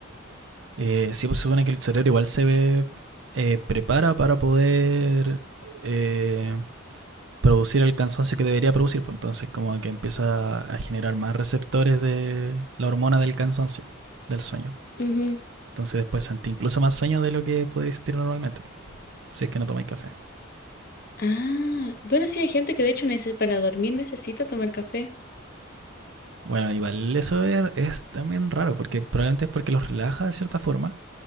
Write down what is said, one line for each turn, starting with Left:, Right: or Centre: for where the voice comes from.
Right: Eh, sí, pues se supone que el cerebro igual se ve, eh, prepara para poder eh, producir el cansancio que debería producir, pues entonces como que empieza a generar más receptores de la hormona del cansancio, del sueño.
Left: Ujú.
Right: Entonces después sentí incluso más sueño de lo que podéis sentir normalmente, pues, si es que no tomáis café.
Left: Ah, bueno, sí hay gente que de hecho nece- para dormir necesita tomar café.
Right: Bueno, igual eso es, es también raro, porque probablemente es porque los relaja de cierta forma,